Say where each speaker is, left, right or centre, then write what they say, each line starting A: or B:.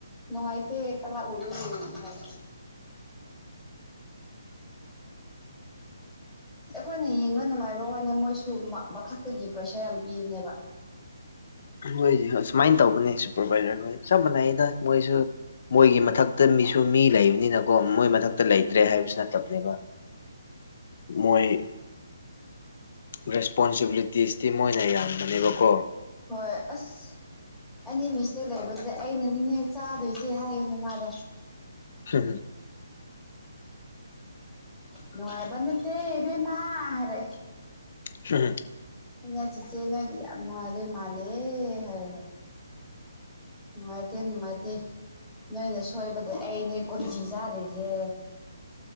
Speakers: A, in the centre; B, on the left (about 50°).
A: ꯅꯨꯡꯉꯥꯏꯇꯦ ꯀꯂꯥ ꯑꯣꯅꯔꯅ ꯍꯥꯏ ꯑꯩꯈꯣꯏꯅ ꯌꯦꯡꯕ ꯅꯨꯡꯉꯥꯏꯕ ꯋꯥꯅꯦ ꯃꯣꯏꯁꯨ ꯃꯊꯛꯇꯒꯤ ꯄ꯭ꯔꯦꯁꯔ ꯌꯥꯝ ꯄꯤꯌꯨꯅꯦꯕ
B: ꯍꯣꯏꯗꯤ ꯍꯣꯏ ꯁꯨꯃꯥꯏꯅ ꯇꯧꯕꯅꯦ ꯁꯨꯄꯔꯚꯥꯏꯖꯔ ꯍꯣꯏ ꯆꯞ ꯃꯥꯟꯅꯩꯗ ꯃꯣꯏꯁꯨ ꯃꯣꯏꯒꯤ ꯃꯊꯛꯇ ꯃꯤꯁꯨ ꯃꯤ ꯂꯩꯕꯅꯤꯅꯀꯣ ꯃꯣꯏ ꯃꯊꯛꯇ ꯂꯩꯇ꯭ꯔꯦ
A: ꯎꯝ
B: ꯍꯥꯏꯕꯁꯨ ꯅꯠꯇꯕꯅꯦꯕ ꯃꯣꯏ ꯔꯦꯁꯄꯣꯟꯁꯤꯕꯤꯂꯤꯇꯤꯁꯇꯤ ꯃꯣꯏꯅ ꯌꯥꯝꯕꯅꯦꯕꯀꯣ
A: ꯍꯣꯏ ꯑꯁ ꯑꯅꯤ ꯃꯤꯁꯇꯦꯛ ꯂꯩꯕꯗꯨꯗ ꯑꯩꯅ ꯅꯤꯡꯍꯦꯛ ꯆꯥꯗꯣꯏꯁꯦ ꯍꯥꯏꯌꯦꯅ ꯃꯥꯗꯣ
B: ꯍꯨꯝ ꯍꯨꯝ
A: ꯂꯅꯨꯡꯉꯥꯏꯕꯗꯤꯦꯠꯇꯦꯕ ꯃꯥ ꯍꯥꯏꯔꯦ
B: ꯍꯨꯝꯍꯨꯝ
A: ꯏꯩꯅ ꯆꯤꯆꯦ ꯅꯣꯏꯗꯤ ꯌꯥꯝ ꯅꯨꯡꯉꯥꯏꯗꯣꯏ ꯃꯥꯜꯂꯦꯍꯦ ꯍꯥꯏꯔꯒ ꯅꯨꯡꯉꯥꯏꯇꯦ ꯅꯨꯡꯉꯥꯏꯇꯦ ꯅꯣꯏꯅ ꯁꯣꯏꯕꯗ ꯑꯩꯅꯦ ꯀꯟꯇꯤ ꯆꯥꯗꯣꯏꯁꯦ